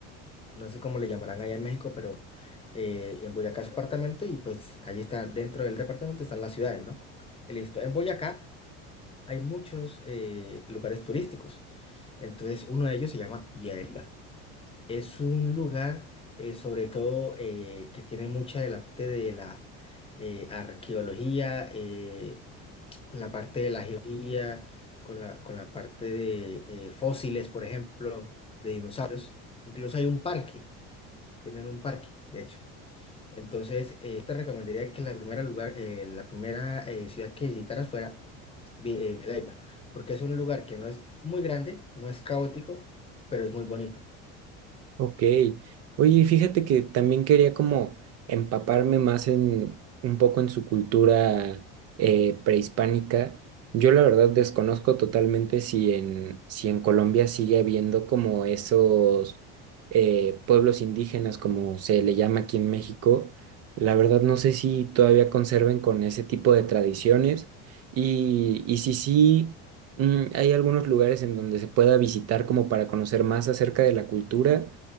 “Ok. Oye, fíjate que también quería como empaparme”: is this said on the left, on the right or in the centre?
Right